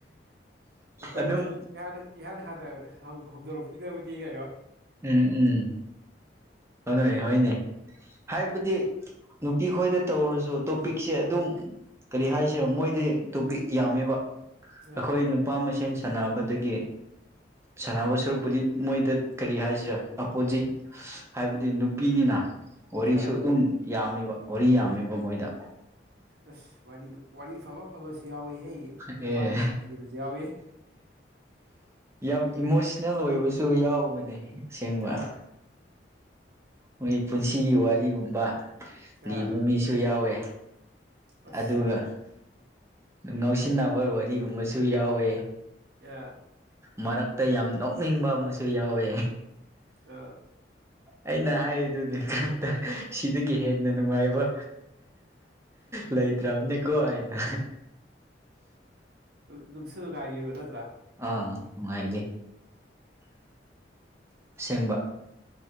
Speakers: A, on the right; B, on the right.
A: ꯑꯩꯈꯣꯏ
B: ꯑꯗꯨꯝ
A: ꯏꯍꯥꯟ ꯏꯍꯥꯟ ꯍꯥꯟꯅ ꯍꯧꯗꯣꯔꯛꯄꯤꯗꯕꯗꯤ ꯀꯩꯅꯣ
B: ꯎꯝ ꯎꯝ ꯍꯣꯏ ꯍꯣꯏꯅꯦ ꯍꯥꯏꯕꯨꯗꯤ ꯅꯨꯄꯤ ꯈꯣꯏꯗ ꯇꯧꯔꯁꯨ ꯇꯣꯄꯤꯛꯁꯦ ꯑꯗꯨꯝ ꯀꯔꯤ ꯍꯥꯏꯁꯤꯔꯣ ꯃꯣꯏꯗꯤ ꯇꯣꯄꯤ ꯌꯥꯝꯃꯦꯕ ꯑꯩꯈꯣꯏ
A: ꯑꯥ
B: ꯅꯨꯄꯥ ꯃꯁꯦꯟ ꯁꯥꯟꯅꯕꯗꯒꯤ ꯁꯥꯟꯅꯕ ꯁꯔꯨꯛꯄꯨꯗꯤ ꯃꯣꯏꯗ ꯀꯔꯤ ꯍꯥꯏꯁꯤꯔꯦ ꯑꯄꯣꯖꯤꯠ ꯍꯥꯏꯕꯗꯤ ꯅꯨꯄꯤꯅꯤꯅ ꯋꯥꯔꯤꯁꯨ
A: ꯑꯥ
B: ꯑꯗꯨꯝ ꯌꯥꯝꯃꯦꯕ ꯋꯥꯔꯤ ꯌꯥꯝꯃꯦꯕ ꯃꯣꯏꯗ
A: ꯑꯁ ꯋꯥꯔꯤꯗ ꯋꯥꯔꯤ ꯐꯕ ꯐꯕꯁꯨ ꯌꯥꯎꯋꯤꯍꯦ ꯅꯨꯄꯥꯗꯤ
B: ꯑꯦ
A: ꯁꯥꯊꯤꯕꯁꯨ ꯌꯥꯎꯋ
B: ꯌꯥꯝ ꯏꯃꯣꯁꯅꯦꯜ ꯑꯣꯏꯕꯁꯨ ꯌꯥꯎꯕꯅꯦ ꯑꯁꯦꯡꯕ
A: ꯑꯥ
B: ꯃꯣꯏ ꯄꯨꯟꯁꯤꯒꯤ ꯋꯥꯔꯤꯒꯨꯝꯕ ꯂꯤꯕ
A: ꯑꯥ
B: ꯃꯤꯁꯨ ꯌꯥꯎꯋꯦ
A: ꯑꯁ
B: ꯑꯗꯨꯒ ꯉꯧꯁꯤꯟꯅꯕ ꯋꯥꯔꯤꯒꯨꯝꯕꯁꯨ ꯌꯥꯎꯋꯦ
A: ꯑꯥ
B: ꯃꯔꯛꯇ ꯌꯥꯝ ꯅꯣꯛꯅꯤꯡꯕ ꯑꯃꯁꯨ ꯌꯥꯎꯋꯦ
A: ꯑꯥ
B: ꯑꯩꯅ ꯍꯥꯏꯔꯤꯗꯨꯗꯤ ꯀꯞꯇ ꯁꯤꯗꯒꯤ ꯍꯦꯟꯅ ꯅꯨꯡꯉꯥꯏꯕ ꯂꯩꯇ꯭ꯔꯕꯅꯦꯀꯣ ꯍꯥꯏꯅ
A: ꯅꯨꯡꯁꯨ ꯅꯨꯡ ꯉꯥꯏꯔꯤꯕ ꯅꯠꯇ꯭ꯔꯥ
B: ꯑ ꯅꯨꯡꯉꯥꯏꯔꯤ ꯑꯁꯦꯡꯕ